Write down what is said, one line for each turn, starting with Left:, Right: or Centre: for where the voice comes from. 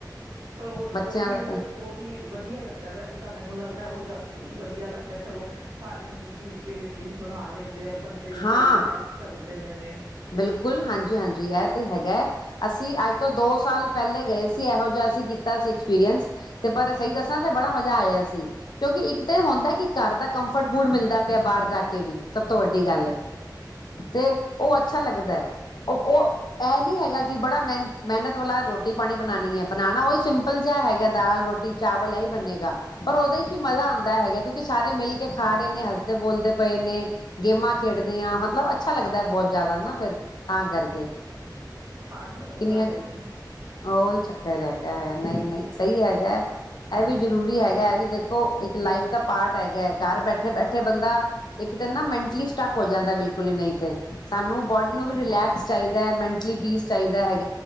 Right: ਪਰ ਉਹ
Left: ਬੱਚਿਆਂ
Right: ਉਹ ਵੀ
Left: ਦਾ ਤਾਂ
Right: ਉਹ ਵੀ ਵਧੀਆ ਲੱਗਦਾ ਵੈਸੇ ਤਾਂ ਮੈਨੂੰ ਲੱਗਦਾ ਉਹ ਵੀ ਜ਼ਿਆਦਾ ਵਧੀਆ ਲੱਗਦਾ ਚਲੋ ਸਾਰੇ ਮਿਲ ਜੁਲ ਕੇ ਲੇਡੀਜ਼ ਬਣਾ ਲੈਂਦੇ ਨੇ। ਬੰਦੇ ਵੀ
Left: ਹਾਂ
Right: ਕਈ ਹੈਲਪ ਕਰ ਦਿੰਦੇ ਨੇ
Left: ਬਿਲਕੁਲ ਹਾਂਜੀ ਹਾਂਜੀ ਇਹ ਤੇ ਹੈਗਾ ਹੈ ਅਸੀਂ ਅੱਜ ਤੋਂ ਦੋ ਸਾਲ ਪਹਿਲੇ ਗਏ ਸੀ ਇਹੋ ਜਿਹਾ ਅਸੀਂ ਕੀਤਾ ਸੀ ਐਕਸਪੀਰੀਅੰਸ ਤੇ ਪਰ ਸਹੀ ਦੱਸਾਂ ਤੇ ਬੜਾ ਮਜ਼ਾ ਆਇਆ ਸੀ ਕਿਉਂਕਿ ਇੱਕ ਤਾਂ ਇਹ ਹੁੰਦਾ ਕਿ ਘਰ ਦਾ ਕੰਫਰਟ ਫੁਡ ਮਿਲਦਾ ਬਾਹਰ ਜਾ ਕੇ ਵੀ ਸਭ ਤੋਂ ਵੱਡਾ ਗੱਲ ਹੈ ਤੇ ਉਹ ਅੱਛਾ ਲੱਗਦਾ ਉਹ ਉਹ ਇਹ ਨਹੀਂ ਹੈਗਾ ਕਿ ਬੜਾ ਮਿਹਨਤ ਮਿਹਨਤ ਵਾਲਾ ਰੋਟੀ ਪਾਣੀ ਪਾਣੀ ਬਣਾਉਣੀ ਹੈ ਬਣਾਉਣਾ ਉਹੀ ਸਿੰਪਲ ਜਿਹਾ ਹੈਗਾ ਦਾਲ ਰੋਟੀ ਚਾਵਲ ਇਹੀ ਬਣੇਗਾ ਪਰ ਉਹਦੇ ਚ ਵੀ ਮਜ਼ਾ ਆਉਂਦਾ ਹੈਗਾ ਕਿਉਂਕਿ ਸਾਰੇ ਮਿਲ ਕੇ ਖਾ ਰਹੇ ਨੇ ਹੱਸਦੇ ਬੋਲਦੇ ਪਏ ਨੇ ਗੇਮਾਂ ਖੇਡਦੇ ਹਾਂ ਮਤਲਬ ਅੱਛਾ ਲੱਗਦਾ ਬਹੁਤ ਜ਼ਿਆਦਾ ਨਾ ਫਿਰ ਤਾਂ ਕਰਕੇ
Right: ਹਾਂ ਨਹੀਂੀ ਉਹ
Left: ਕਿੰਨੀਆਂ
Right: ਤਾਂ ਹੈ
Left: ਚ
Right: ਹੀ
Left: ਉਹੀ ਚੱਕਰ ਹੈਗਾ ਹੈ ਨਹੀਂ ਨਹੀਂ ਸਹੀ ਹੈਗਾ ਇਹ ਵੀ ਜ਼ਰੂਰੀ ਹੈਗਾ ਹੈ ਵੀ ਦੇਖੋ ਇੱਕ ਲਾਈਫ ਦਾ ਪਾਰਟ ਹੈਗਾ ਹੈ ਘਰ ਬੈਠੇ ਬੈਠੇ ਬੰਦਾ ਇੱਕ ਮੈਂ ਸਟੱਕ ਹੋ ਜਾਂਦਾ ਬਿਲਕੁਲ ਹੀ ਨਹੀਂ ਤੇ ਸਾਨੂੰ ਬੋਡੀ ਨੂੰ ਵੀ ਰਿਲੈਕਸ ਚਾਹੀਦਾ ਹੈ ਮੈਂਟਲੀ ਪੀਸ ਚਾਹੀਦਾ ਹੈਗਾ